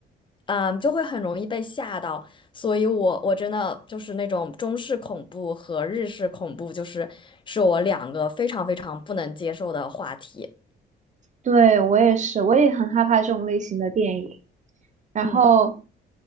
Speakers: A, on the left (about 25°); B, on the right (about 40°).
A: 嗯，就会很容易被吓到，所以我我真的就是那种中式恐怖和日式恐怖，就是是我两个非常非常不能接受的话题。
B: 对，我也是，我也很害怕这种类型的电影。然后，
A: 嗯，